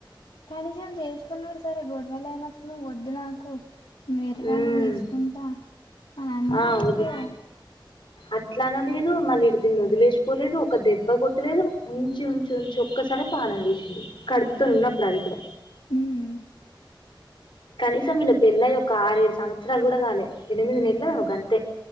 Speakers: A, on the left; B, on the left.
A: కనీసం చేసుకున్నాడు సరే గొడవలు అయినప్పుడు నువ్వు వద్దు నాకు వేరేదాన్ని
B: ఉమ్.
A: చేసుకుంటా అని అన్న
B: ఆ
A: అయిపోవు
B: వది అట్లా అన లేదు మళ్ళీ ఇ దీన్ని వదిలేసిపోలేదు ఒక దెబ్బ కొట్టలేదు ఉంచి ఉంచి ఉంచి ఒక్క కడుపు ఆగం చేసిండు కడుపుతూ ఉన్నప్పుడు ఆదిగూడ
A: హ్మ్మ్
B: కనీసం వీళ్ళ పెళ్ళయ ఒక ఆరేడు సంవత్సరాలు కూడా కాలే ఎనిమిది నెలలు ఒక గంతే